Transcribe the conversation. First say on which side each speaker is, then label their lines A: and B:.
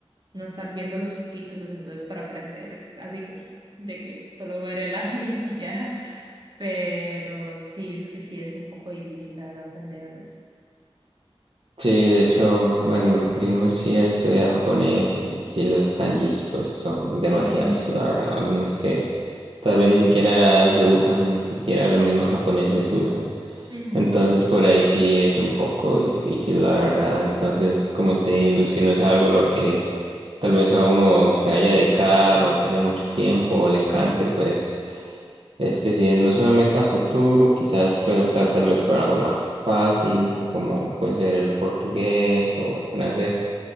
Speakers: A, on the right (about 45°); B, on the right (about 65°).
A: no estar viendo los subtítulos, entonces para aprender así como de que solo ver el anime <laughs> y ya. Pero sí, es que sí es un poco difícil, la verdad, aprenderlos.
B: Sí, de hecho, bueno, mi primo sí estudia japonés y sí los kanjis pues son demasiados,
A: Ujú,
B: la verdad, algunos que tal vez ni siquiera se usan, ni siquiera los mismos japoneses usan.
A: ujú,
B: Entonces por ahí sí es un poco difícil, la verdad. Entonces, como te digo, si no es algo lo que tal vez a uno se vaya a dedicar o tenga mucho tiempo o le encante, pues este si no es una meta a futuro, quizás puede optar tal vez por algo más fácil, como puede ser el portugués o el francés